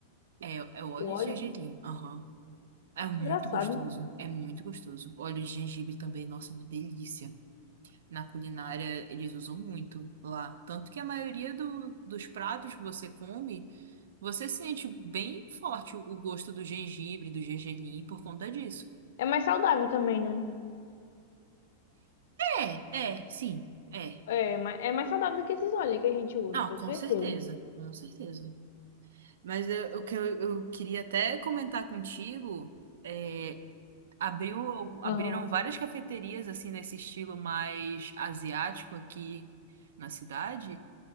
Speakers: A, on the right (about 80°); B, on the left (about 65°).
A: É, é o óleo
B: o óleo.
A: de gergelim. Aham. É muito
B: Engraçado.
A: gostoso. É muito gostoso. Óleo de gengibre também, nossa, é uma delícia. Na culinária eles usam muito lá. Tanto que a maioria do, dos pratos que você come, você sente bem forte o, o gosto do gengibre, do gergelim por conta disso.
B: É mais saudável também, né?
A: É, é, sim, é.
B: É, mas é mais saudável do que esses óleos que a gente usa,
A: Não,
B: tenho
A: com
B: certeza.
A: certeza, com certeza. Mas eu- o que eu, eu queria até comentar contigo é, abriu, algu-
B: Aham.
A: abriram várias cafeterias assim nesse estilo mais asiático aqui na cidade.